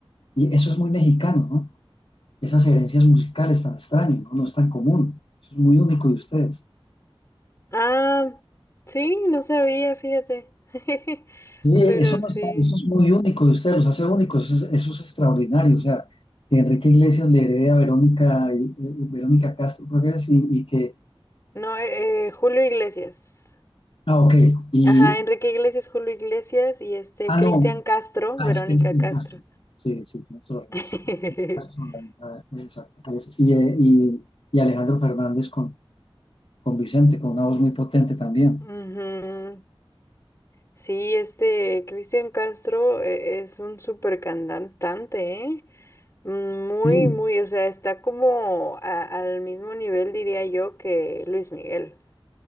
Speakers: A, on the left; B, on the left.
A: y eso es muy mexicano, ¿no? esas herencias musicales tan extrañas, ¿no? No es tan común. Eso es muy único de ustedes.
B: ah, sí, no sabía, fíjate. <laughs>
A: Sí, eso,
B: Pero
A: no
B: sí.
A: está, eso es muy único de ustedes, los hace únicos, eso es, eso es extraordinario. O sea, que Enrique Iglesias le herede a Verónica, eh, eh, Verónica Castro, creo que es, y, y que,
B: No, eh, eh, Julio Iglesias.
A: ah, ok, y,
B: Ajá, Enrique Iglesias, Julio Iglesias y este
A: ah,
B: Cristian
A: no,
B: Castro,
A: ah,
B: Verónica
A: es Cristina
B: Castro.
A: Castro. Sí, sí, tienes toda la razón.
B: <laughs>
A: Castro, la hija de- exacto. Es- Y, eh, y, y Alejandro Fernández con, con Vicente, con una voz muy potente también.
B: Ujú. Sí, este Cristian Castro eh, es un súper cantante, ¿eh? Mm, Muy,
A: Sí,
B: muy, o sea, está como a- al mismo nivel, diría yo, que Luis Miguel.